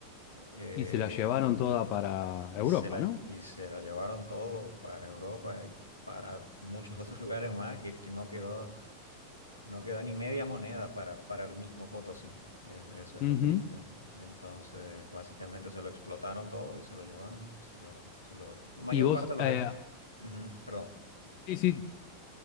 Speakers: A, on the left; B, on the left.
A: Eh,
B: Y se la llevaron toda para
A: y,
B: Europa,
A: y se la,
B: ¿no?
A: y se la llevaron todo para Europa y para muchos <laughs> otros lugares más, que, que no quedó no quedó ni media moneda para, para el mismo Potosí. Es- Eso es
B: Ujú.
A: lo triste. Entonces, básicamente se lo explotaron todo y se lo llevaron. Se lo, se lo... en mayor
B: Y vos,
A: parte los...
B: eh,
A: es- Ujú, perdón.
B: sí, sí,